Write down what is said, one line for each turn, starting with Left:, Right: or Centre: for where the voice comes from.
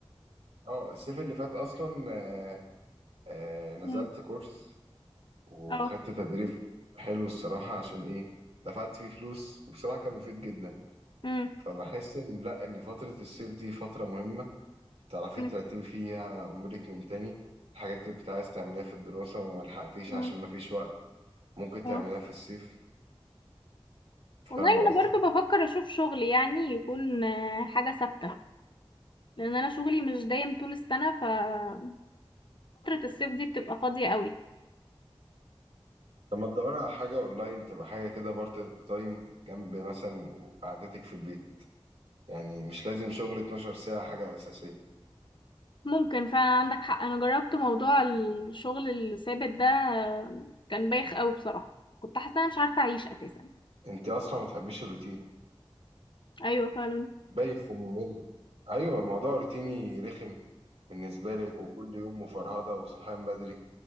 Right: اه الصيف اللي فات أصلا آه، آه، نزلت
Left: مم.
Right: كورس وخدت
Left: اه
Right: تدريب حلو الصراحة عشان إيه دفعت فيه فلوس وبصراحة كان مفيد جدا
Left: مم.
Right: فبحس إن لأ إن فترة الصيف دي فترة مهمة تعرفي
Left: مم.
Right: ترتبي فيها أمورك من تاني الحاجات اللي كنت عايز تعمليها في الدراسة وما لحقتيش
Left: مم.
Right: عشان مفيش وقت ممكن تعمليها
Left: اه
Right: في الصيف فاهم
Left: والله انا
Right: قصدي؟
Left: برضو بفكر اشوف شغل يعني يكون آه، حاجة ثابتة لان انا شغلي مش دايم طول السنه ففتره الصيف دي بتبقى فاضيه قوي
Right: لما تدوري على حاجة أونلاين تبقى حاجة كده بارت تايم جنب مثلا قعدتك في البيت يعني مش لازم شغل 12 ساعة حاجة أساسية
Left: ممكن فعلا عندك حق انا جربت موضوع الشغل الثابت ده كان بايخ قوي بصراحه كنت حاسه انا مش عارفه اعيش اساسا
Right: أنت أصلا ما بتحبيش الروتين
Left: ايوه فعلا
Right: بايخ وممل أيوة موضوع روتيني رخم بالنسبة لك وكل يوم مفرهدة وصحيان بدري